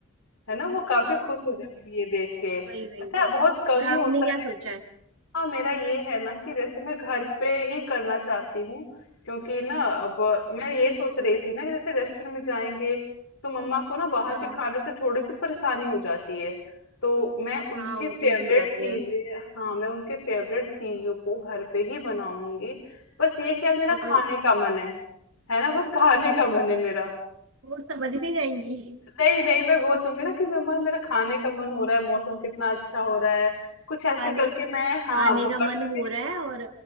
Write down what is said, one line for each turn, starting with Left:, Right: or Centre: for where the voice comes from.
Left: है ना वो काफी
Right: हाँ
Left: खुश हो जाएंगी ये देख के
Right: वही वही
Left: अच्छा
Right: वही
Left: बहुत कम
Right: और
Left: ही होता
Right: आपने क्या
Left: है
Right: सोचा है
Left: हाँ मेरा ये है ना कि जैसे मैं घर पे ही करना चाहती हूँ क्योंकि ना अब
Right: अच्छा
Left: मैं ये सोच रही थी ना कि जैसे रेस्टोरेंट में जाएंगे तो मम्मा को ना बाहर
Right: हाँ
Left: के खाने से थोड़ी सी परेशानी हो जाती है तो मैं उनके
Right: हाँ वो
Left: फेवरेट
Right: तो हो ही जाते
Left: चीजें
Right: हैं
Left: हाँ मैं उनके फेवरेट चीजों को घर पे ही बनाऊंगी बस ये कि आज मेरा
Right: और
Left: खाने का मन है है ना बस खाने का मन है मेरा
Right: वो समझ नहीं जाएंगी
Left: नहीं नहीं मैं बोल दूंगी ना कि मम्मा मेरा खाने का मन हो रहा है मौसम कितना अच्छा हो रहा है कुछ ऐसे
Right: खाने
Left: करके मैं हाँ
Right: खाने
Left: वो कर
Right: का मन
Left: दूंगी
Right: हो रहा है और